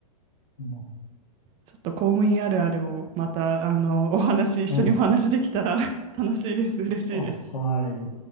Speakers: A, on the left; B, on the right.
A: うん
B: ちょっと公務員あるあるをまた、あの、お話、一緒にお話できたら
A: ね。
B: <laughs> 楽しいです。嬉しいです。
A: あ、はい。